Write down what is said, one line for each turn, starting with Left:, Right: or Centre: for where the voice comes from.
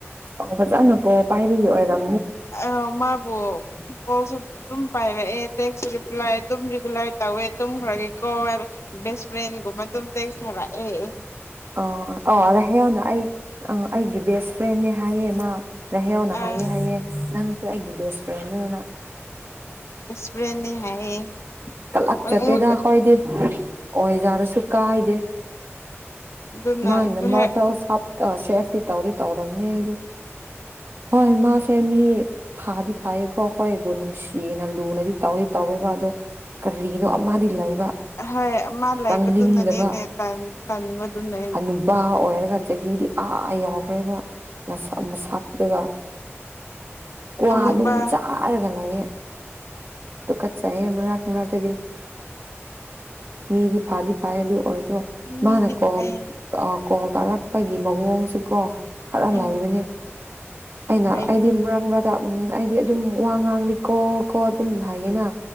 Right: ꯑꯣ ꯐꯖꯅꯀꯣ ꯕꯥꯜ ꯄꯥꯏꯕꯒꯤ ꯑꯣꯏꯔꯝ
Left: ꯑ ꯃꯥꯕꯨ ꯀꯧ ꯁꯣ ꯑꯗꯨꯝ ꯄꯥꯏꯔ ꯑꯦ ꯇꯁꯨꯔꯤꯄ꯭ꯂꯥꯏ ꯑꯗꯨꯝ ꯔꯤꯒꯨꯂꯥꯏ ꯇꯧꯋꯦ ꯇꯨꯝꯈꯒꯦꯀꯣ ꯕꯦꯁ ꯐ꯭ꯔꯦꯟꯒꯨꯝꯕ ꯑꯗꯨꯝ ꯇꯦꯛ ꯁꯥꯔꯛꯑꯦ
Right: ꯑ ꯑ ꯑ ꯍꯡꯅ ꯑꯩ ꯑꯩꯒꯤ ꯕꯦꯁ ꯐ꯭ꯔꯦꯦ ꯍꯥꯏꯌꯦ ꯃꯥ ꯅꯥꯏꯍꯥꯎꯅ
Left: ꯑꯥ
Right: ꯍꯥꯏꯌꯦ ꯍꯥꯏꯑꯦ ꯅꯪꯁꯦ ꯑꯩꯒꯤ ꯕꯦꯁ ꯐ꯭ꯔꯦꯟꯅꯦꯅ
Left: ꯑꯦꯁꯃꯔꯅꯦ ꯍꯥꯏꯌꯦ
Right: ꯀꯂꯛꯆꯗꯦꯗꯥ
Left: ꯍꯣꯏ
Right: ꯍꯣꯏꯗꯤ ꯑꯣꯏꯖꯥꯔꯁꯨ ꯀꯥꯏꯗꯦ
Left: ꯑꯗꯨꯅ
Right: ꯃꯥꯒꯤ ꯅ ꯃꯔꯔꯐ
Left: ꯍꯣꯏ
Right: ꯁꯦꯐꯇꯤ ꯇꯧꯗꯤ ꯇꯧꯗꯕꯅꯤ ꯑꯩꯗꯤ ꯍꯣꯏ ꯃꯥꯁꯦ ꯃꯤ ꯐꯥꯗꯤ ꯐꯥꯏꯌꯦꯀꯣ ꯍꯣꯏꯕꯨ ꯅꯨꯡꯁꯤꯅ ꯂꯨꯅꯗꯤ ꯇꯧꯗꯤ ꯇꯧꯋꯦ ꯗꯣ ꯀꯔꯤꯅꯣ ꯑꯃꯗꯤ ꯂꯩꯕ
Left: ꯍꯣꯏ ꯃꯥ ꯂꯩꯕꯗꯨꯅꯅꯦꯅꯦ
Right: ꯆꯪꯅꯤꯡꯗꯕ
Left: ꯇꯟ ꯇꯟꯕꯗꯨꯅꯦ
Right: ꯍꯅꯨꯕꯥ ꯑꯣꯏꯔꯒ ꯆꯍꯤꯗꯤ ꯑꯥ ꯌꯥꯎꯈ꯭ꯔꯦꯕ ꯅꯁꯥ ꯃꯁꯥꯛꯇꯨꯒ ꯀ꯭ꯋꯥ
Left: ꯍꯅꯨꯕ
Right: ꯑꯗꯨꯝ ꯆꯥꯔꯒ ꯂꯩꯌꯦ ꯇꯨꯆꯠꯆꯩꯌꯦ ꯃꯔꯛ ꯃꯔꯛꯇꯥꯗꯤ ꯃꯤꯗꯤ ꯐꯥꯗꯤ ꯄꯥꯏ ꯑꯗꯨꯨ ꯑꯣꯏꯁꯨ
Left: ꯃꯤꯗꯤ
Right: ꯃꯥꯅꯥ ꯀꯣ
Left: ꯐꯩ
Right: ꯑ ꯀꯣ ꯇꯔꯥ ꯑꯩꯒꯤ ꯃꯑꯣꯡꯁꯨ ꯀꯣ ꯈꯔ
Left: ꯎꯝ
Right: ꯂꯩꯕꯅꯦ ꯑꯩꯅ
Left: ꯍꯥꯏꯕꯅꯦ
Right: ꯑꯩꯗꯤ ꯃꯔꯛ ꯃꯔ ꯎꯝ ꯍꯥꯏꯗꯤ ꯑꯗꯨꯝ ꯋꯥ ꯉꯥꯡꯂꯤ ꯀꯣ ꯀꯣ ꯑꯗꯨꯝ ꯍꯥꯏꯌꯦꯅ